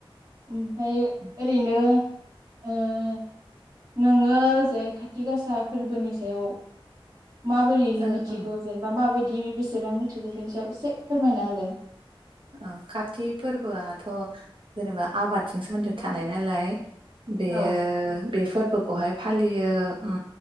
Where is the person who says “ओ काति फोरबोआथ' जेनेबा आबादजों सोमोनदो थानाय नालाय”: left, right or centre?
Right